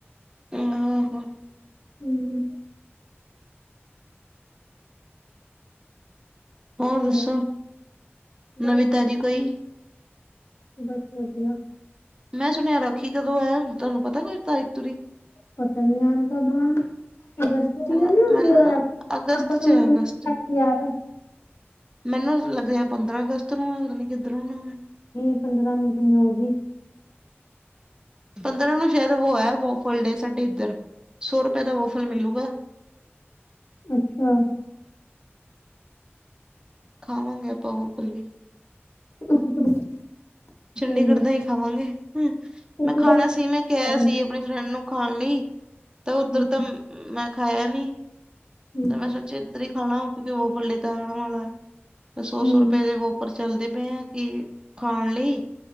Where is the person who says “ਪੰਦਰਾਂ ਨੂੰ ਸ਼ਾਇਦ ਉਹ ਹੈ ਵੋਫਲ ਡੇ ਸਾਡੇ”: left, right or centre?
Right